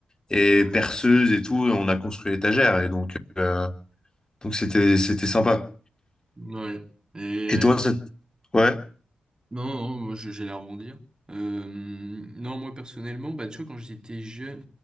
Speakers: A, on the left; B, on the right.
A: et
B: Ouais.
A: perceuse et tout. Et on a construit l'étagère. Et donc, euh, donc c'était c'était sympa.
B: Ouais. Et
A: Et toi, ça... ouais,
B: non, non, moi je- j'allais rebondir. Euh, non, moi personnellement, bah, tu vois, quand j'étais jeune,